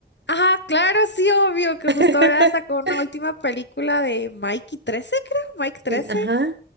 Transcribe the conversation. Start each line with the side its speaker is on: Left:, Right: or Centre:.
Left: Ajá, claro, sí, obvio, que
Right: <laughs>
Left: justo ahora sacó una última película de Mikey 13, creo, Mike trece
Right: Sí, ajá.